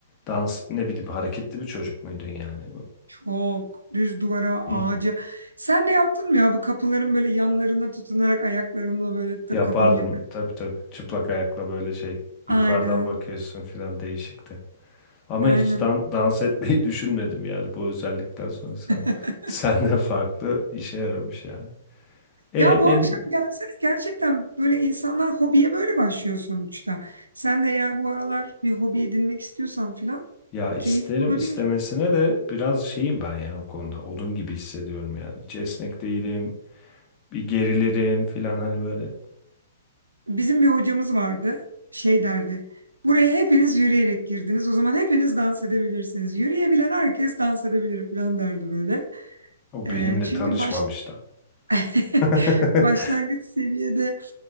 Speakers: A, on the left; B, on the right.
A: dans ne bileyim hareketli bir çocuk muydun yani?
B: Çok düz duvara,
A: Hı.
B: ağaca. Sen de yaptın mı ya bu kapıların böyle yanlarına tutunarak ayaklarımla böyle de
A: Yapardım
B: kapını yük
A: tabii tabii çıplak ayakla böyle şey
B: Aynen.
A: yukarıdan bakıyorsun filan değişikti. Ama
B: Aynen
A: hiç dan- dans etmeyi <laughs> düşünmedim yani bu özellikten sonra sen,
B: <laughs>
A: <laughs> sen de farklı işe yaramış yani. E
B: Ya bu
A: ne,
B: akşam
A: ne-
B: gelsene gerçekten böyle insanlar hobiye böyle başlıyor sonuçta. Sen de eğer bu aralar bir hobi edinmek istiyorsan filan
A: ya isterim
B: keyifli olabilir.
A: istemesine de biraz şeyim ben ya o konuda odun gibi hissediyorum yani. Hiç esnek değilim bir gerilirim filan hani böyle
B: Bizim bir hocamız vardı şey derdi. Buraya hepiniz yürüyerek girdiniz o zaman hepiniz dans edebilirsiniz. Yürüyebilen herkes dans edebilir filan derdi böyle.
A: O
B: Ee,
A: benimle
B: çünkü
A: tanışmamış
B: baş...
A: da.
B: <laughs>
A: <laughs>
B: başlangıç seviyede